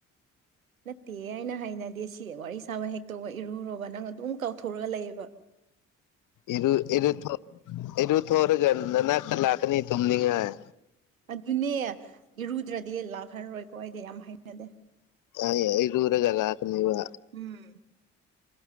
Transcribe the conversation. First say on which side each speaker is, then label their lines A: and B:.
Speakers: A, on the right; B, on the left.
A: ꯅꯠꯇꯦ ꯍꯥꯏꯅ ꯍꯥꯏꯅꯗꯦ ꯁꯤ ꯋꯥꯔꯤ ꯁꯥꯕ ꯍꯦꯛ ꯇꯧꯕ ꯏꯔꯨꯣꯔꯕ ꯅꯪ ꯑꯗꯨꯝ ꯀꯥꯎꯊꯣꯔꯒ ꯂꯩꯌꯦꯕ <inaudible>
B: ꯏꯔ ꯏꯔ ꯊ ꯏꯔ ꯊꯧꯔꯒ ꯅꯅꯥ ꯀ ꯂꯥꯛꯇꯅꯤ ꯇꯨꯝꯅꯤꯡꯉꯥꯏ
A: ꯑꯗꯨꯅꯦ ꯏꯔꯨꯗ꯭ꯔꯗꯤ ꯂꯥꯛꯍꯜꯔꯔꯣꯏꯀꯣ ꯑꯩꯗꯤ ꯌꯥꯝ ꯍꯩꯅꯗꯦ
B: ꯌꯥꯌꯦ ꯑꯦꯔꯨꯂꯒ ꯂꯥꯛꯀꯅꯤꯕ
A: ꯎꯝ